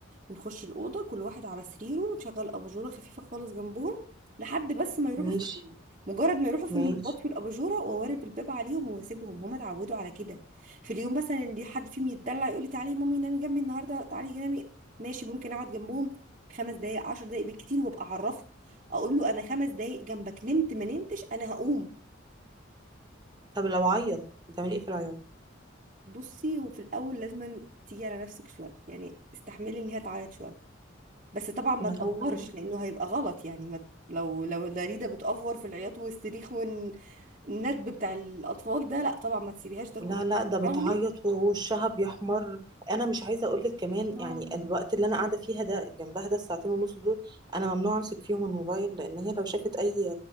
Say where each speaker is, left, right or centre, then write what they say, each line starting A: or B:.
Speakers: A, on the right; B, on the right.
A: نخش الأوضة كل واحد على سريره نشغل أباجورة خفيفة خالص جنبهم لحد بس ما يروحوا
B: ماشي
A: في النوم مجرد ما يروحوا في
B: ماشي
A: النوم بطفي الأباجورة وأوارب الباب عليهم وأسيبهم هما اتعودوا على كده في اليوم مثلا اللي حد فيهم يتدلع يقول لي تعالي يا مامي نامي جنبي النهاردة تعالي نامي ماشي ممكن أقعد جنبهم خمس دقايق عشر دقايق بالكتير وأبقى أعرفه أقول له أنا خمس دقايق جنبك نمت ما نمتش أنا هقوم
B: طب لو عيط بتعملي ايه في العياط
A: بصي وفي الأول لازم تيجي على نفسك شوية يعني استحملي إن هي تعيط شوية بس طبعا ما
B: ما
A: تأفورش
B: هو
A: لأنه هيبقى غلط يعني ما لو لو الداريدة بتأفور في العياط والصريخ والندب بتاع الأطفال ده لا طبعا ما تسيبيهاش ده
B: لا
A: كله
B: لا ده بتعيط
A: حاولي
B: ووشها بيحمر انا مش عايزه اقول لك كمان
A: اه
B: يعني الوقت اللي انا قاعده فيها ده جنبها ده الساعتين ونص دول انا ممنوع امسك فيهم الموبايل لان هي لو شافت اي